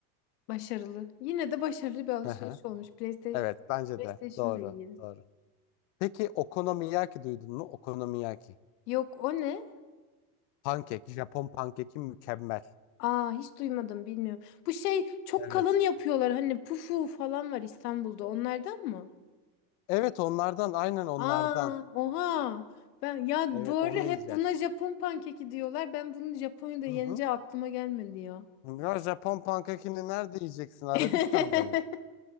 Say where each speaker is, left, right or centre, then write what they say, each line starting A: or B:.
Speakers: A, on the left; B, on the left.
A: Başarılı. Yine de başarılı bir alışveriş
B: Hı hı.
A: olmuş. PlayStation,
B: Evet bence
A: PlayStation
B: de. Doğru.
A: da iyi.
B: Doğru. Peki Okonomiyaki duydun mu? Okonomiyaki.
A: Yok o ne?
B: Pankek. Japon pankeki mükemmel.
A: Aa hiç duymadım bilmiyorum. Bu şey çok
B: Evet.
A: kalın yapıyorlar hani pufu falan var İstanbul'da onlardan mı?
B: Evet onlardan aynen onlardan.
A: Aa, oha. Ben ya
B: Evet
A: doğru
B: onu
A: hep
B: yiyeceğiz.
A: buna Japon pankeki diyorlar. Ben bunu Japonya'da yeneceği
B: Hı hı.
A: aklıma gelmedi ya.
B: Ya Japon pankekini nerede yiyeceksin? Arabistan'da
A: <laughs>
B: mı?